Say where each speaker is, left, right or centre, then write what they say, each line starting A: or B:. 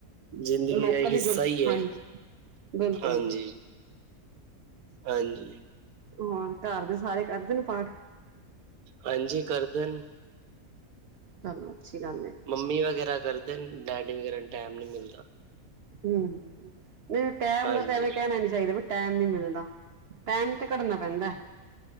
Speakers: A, on the right; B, on the right.
A: ਜ਼ਿੰਦਗੀ
B: ਲੋਕਲ
A: ਇੱਕ ਹਿੱਸਾ
B: ਗੁਰ
A: ਹੀ ਹੈ।
B: ਹਾਂਜੀ ਬਿਲਕੁਲ
A: ਹਾਂਜੀ
B: ਜੀ।
A: ਹਾਂਜੀ।
B: ਹੋਰ ਘਰ ਦੇ ਸਾਰੇ ਕਰਦੇ ਨੇ ਪਾਠ।
A: ਹਾਂਜੀ ਕਰਦਣ।
B: ਧੰਨਵਾਦ ਜੀ ਗਨੇ।
A: ਮੰਮੀ ਵਗੈਰਾ ਕਰਦੇ ਨੇ ਡੈਡੀ ਵਗੈਰਾ ਨੂੰ ਟੈਮ ਨੀ ਮਿਲਦਾ।
B: ਹਮ ਨਹੀਂ ਟੈਮ
A: ਹਾਂਜੀ,
B: ਦਾ ਤਾਂ ਐਵੇਂ ਕਹਿਣਾ ਨੀ ਚਾਹੀਦਾ। ਟੈਮ ਨੀ ਮਿਲਦਾ ਟੈਮ ਤੇ ਘਟਨਾ ਪੈਂਦਾ।